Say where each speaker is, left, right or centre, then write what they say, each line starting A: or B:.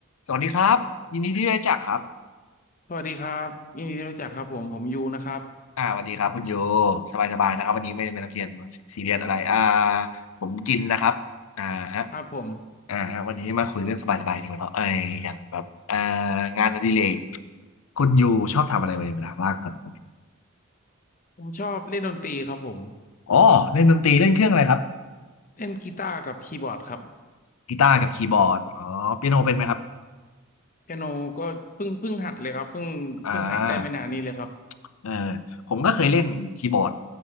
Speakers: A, on the left; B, on the left.
A: สวัสดีครับยินดีที่ได้รู้จักครับ
B: สวัสดีครับยินดีที่รู้จักครับผมผมยูนะครับ
A: อ่าสวัสดีครับคุณโยสบายสบายนะครับวันนี้ไม่ไม่นักเรียนซีเรียสอะไรอ่าผมกินนะครับอ่าฮะ
B: ครับผม
A: อ่าฮะวันนี้มาคุยเรื่องสบายสบายดีกว่าเนาะไอ้ยอย่างแบบอ่างานอดิเรกคุณโยชอบทำอะไรในเวลาว่างครับผม
B: ผมชอบเล่นดนตรีครับผม
A: อ๋อเล่นดนตรีเล่นเครื่องอะไรครับ
B: เล่นกีตาร์กับคีย์บอร์ดครับ
A: กีตาร์กับคีย์บอร์ดอ๋อเปียโนเป็นไหมครับ
B: เปียโนก็เพิ่งเพิ่งหัดเลยครับเพิ่งเพิ่งหัดได้ไม่นานนี้เลยครับ
A: อ่า เออผมก็เคยเล่นคีย์บอร์ด